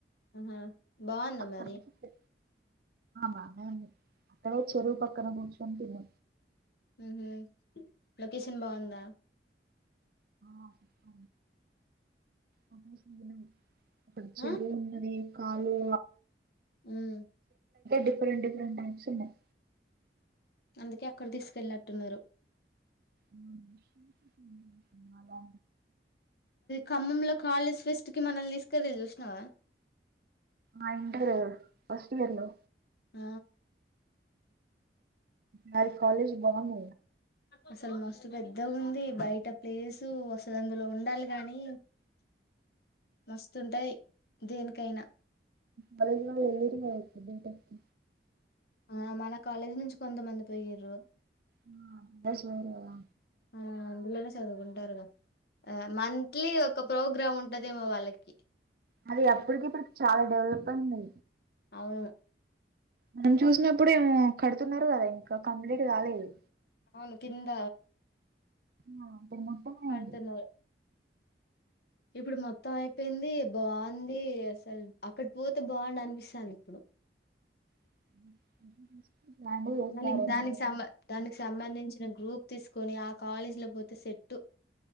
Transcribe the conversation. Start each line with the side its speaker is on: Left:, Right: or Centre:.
Left: ఆహా బావుందా
Right: అక్కడ
Left: మరి
Right: నుంచి బానే ఆ అక్కడే చెరువు పక్కన కూర్చొని తిన్నా
Left: ఊహులొకేషన్ బావుందా
Right: ఆప్ప అ సేను అప్పుడు చెడు
Left: ఆ
Right: ఉన్నది కాలు
Left: ఉమ్
Right: డిఫరెంట్ డిఫరెంట్ టైప్స్ ఉన్నాయి
Left: అందుకే అక్కడ తీసుకెళ్ళట్టున్నారు
Right: ఉమ్ ఉమ్ ఉమ్ లా
Left: ఖమ్మంంలో కాలేజ్ ఫెస్ట్ కి మనల్ తీసుకెర చూసినావా
Right: ఆ ఇంటర్ కదా ఫస్ట్ ఇయర్ లో
Left: ఆ
Right: మరి కాలజ బాగుంద
Left: అసలు మస్తు పెద్ద ఉంది బయట ప్లేసు వసదందులో ఉండాలి కాని మస్తు ఉంటాయి దేనికైనా
Right: కాలేజ్ల్ ఎల్రిగయితే బి టెక్
Left: ఆ మన కాలేజీ నుంచి కొంతమంది పోయిరు
Right: అ బాయిస్ పోలేదా
Left: ఆ అందులోనే చదువుకుంటారుద ఆ మంత్లీ ఒక ప్రోగ్రామ్ ఉంటదమో వాళ్ళకి
Right: అది అప్పటికి ఇప్పుడుకి చాలా డెవలప్ అయింది
Left: అవును
Right: మనం చూసినప్పుడు ఏమో కడుతున్నారు కదా ఇంకా కంప్లీట్ కాలేదు
Left: అవును కింద
Right: ఆ ఇప్పుడు మొత్తం అయింది
Left: కడుతున్నారు ఇప్పుడు మొత్తం అయిపోయింది బాగుంది అసలు అక్కడి పోతే బాగుండు అనిపిస్తుంది ఇప్పుడు
Right: <unintelligible> చేస్తారేమో
Left: మళ్ళ దానికి
Right: కదా
Left: సంబ దానికి సంబంధించిన గ్రూప్ తీసుకొని ఆ కాలేజీలో పోతే సెట్టు